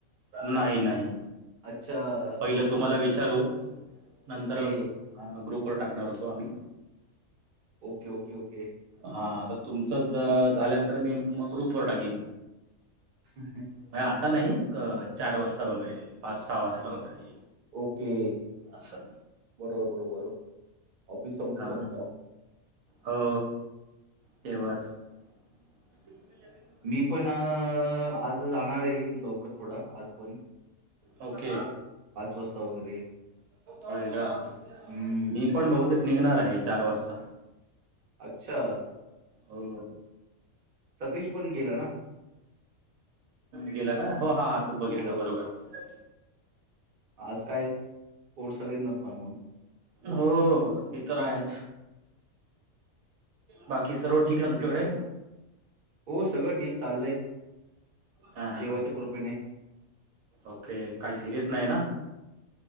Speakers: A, on the right; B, on the right.
A: नाही नाही
B: अच्छा
A: पहिलं
B: पर्सन
A: तुम्हाला विचारू नंतर
B: ओके
A: ग्रुप वर टाकणार होतो आम्ही
B: ओके ओके ओके
A: हा आता तुमचच झाल्यानंतर मी मग ग्रुप वर टाकीन
B: <unintelligible>
A: नाही आता नाही चार वाजता वगैरे पाच सहा वाजता वगैरे
B: ओके
A: असं
B: बरोबर बरोबर ऑफिस संपता
A: हा
B: संपता
A: हो तेव्हाच <unintelligible>
B: मी पण आज जाणारये लवकर थोड आज पण
A: ओके
B: वाजता वगैरे.
A: होय का
B: हम्म.
A: मी पण बहुतेक निघणार आहे चार वाजता
B: अच्छा
A: हो
B: सतीश पण गेला ना
A: गेला का हो हा आता
B: हो.
A: बघितलं बरोबर
B: आज काय कोर्स सगळेच नसणार मग
A: हो ते तर आहेच बाकी सर्व ठीक ना तुमच्याकडे
B: हो सगळ ठीक चाललय
A: हा हा
B: देवाच्या
A: हा.
B: कृपेने
A: ओके काय सिरीयस नाहीये ना